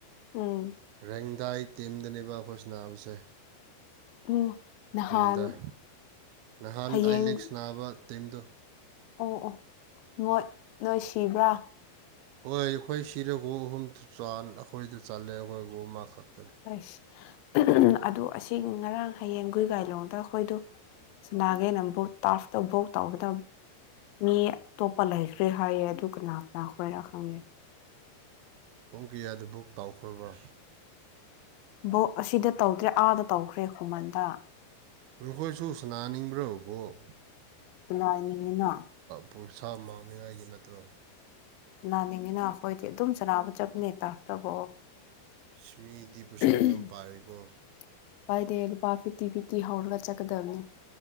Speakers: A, on the left (about 90°); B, on the right (about 80°).
A: ꯎꯝ
B: ꯔꯦꯡꯗꯥꯏ ꯇꯤꯝꯗꯅꯦꯕ ꯑꯈꯣꯏ ꯁꯅꯥꯕꯁꯦ
A: <unintelligible> ꯅꯍꯥꯟ
B: ꯔꯤꯡꯎꯗꯥꯏ ꯅꯍꯥꯟ
A: ꯍꯌꯦꯡ
B: ꯑꯥꯏꯂꯦꯛ ꯁꯅꯥꯕ ꯇꯤꯝꯗꯨ
A: ꯑꯣ ꯑꯣ ꯃꯣꯏ ꯅꯣꯏ ꯇꯤꯕ꯭ꯔꯥ
B: ꯍꯣꯏ ꯑꯈꯣꯏ ꯁꯤꯔ ꯒꫭꯜ ꯑꯍꯨꯝ ꯆꯥꯟ ꯑꯈꯣꯏꯗ ꯆꯜꯂꯦ ꯑꯈꯣꯏ ꯒꯣꯜ ꯑꯃꯈꯛ
A: <unintelligible> ꯑꯗꯨ ꯑꯁꯤ ꯉꯔꯥꯡ ꯍꯌꯦꯡꯒꫭꯏ ꯒꯥꯏꯂꯣꯡꯗ ꯑꯈꯣꯏꯗ ꯁꯅꯥꯒꯦꯅ ꯕꯨꯛ ꯇꯥꯔꯐꯇ ꯕꯣꯛ ꯇꯧꯕꯗ ꯃꯤ ꯑꯇꯣꯞꯄ ꯂꯩꯈ꯭ꯔꯦ ꯍꯥꯏꯌꯦ ꯑꯗꯨ ꯀꯅꯥ ꯀꯅꯥ ꯈꯣꯏꯔꯥ ꯈꯪꯗꯦ
B: ꯄꯨꯡ ꯀꯌꯥꯗ ꯕꯨꯛ ꯇꯥꯎ ꯈ꯭ꯔꯕ
A: ꯕꯣꯛ ꯑꯁꯤꯗ ꯇꯧꯗ꯭ꯔꯦ ꯑꯥꯗ ꯇꯧꯈ꯭ꯔꯦ ꯈꯨꯃꯟꯗ
B: ꯅꯈꯣꯏꯁꯨ ꯁꯅꯥꯅꯤꯡꯕ꯭ꯔꯣ ꯕꯣꯜ
A: ꯁꯥꯅ ꯅꯤꯡꯉꯤꯅ
B: ꯄꯨꯔꯁꯥ ꯃꯥꯡꯅꯤꯡꯉꯥꯏꯒꯤ ꯅꯠꯇ꯭ꯔꯣ
A: ꯅꯥꯅꯤꯡꯉꯤꯅ ꯑꯩꯈꯣꯏꯗꯤ ꯑꯗꯨꯝ <unintelligible>
B: ꯑꯁ ꯃꯤꯗꯤ ꯄꯩꯁꯥ ꯌꯥꯝ ꯄꯥꯏꯀꯣ
A: ꯄꯥꯏꯗꯦ ꯂꯨꯄꯥ ꯐꯤꯐꯇꯤ ꯐꯤꯐꯇꯤ ꯍꯧꯔꯒ ꯆꯠꯀꯗꯕꯅꯦ